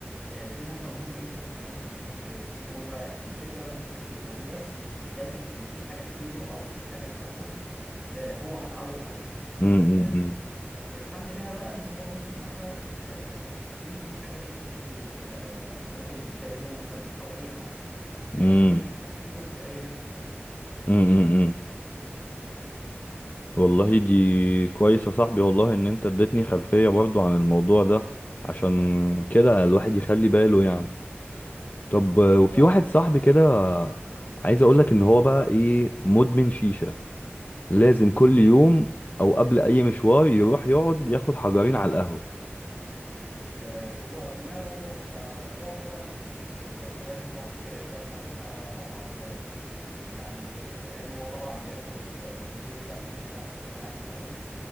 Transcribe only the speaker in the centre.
آه، دي نقطه مهمه جدا في الناس اللي بتشرب سجاير هو الفكره ما بتبقاش في الدوبامين بس لكن ان في حاجه في ايده او في حاجه في بقه آه، هو متعود عليها
آه، الحل لها بقى ان هو ممكن مثلا آه، يمسك حاجه دايما في ايده آه، ممكن شاليمو مثلا او اي حاجه يعني اي
أي حاجه تبقى في ايده اي حاجه تبقى فوق
هو
آه، هو دماغه آه، برضه هو نفس فكره ال- الراجل بتاع السجاير بس هتبقى اصعب شويه يعني لان هو طبعا بياخد آه، الجزء بتاع النيكوتين بتاعته بتبقى عاليه فشخ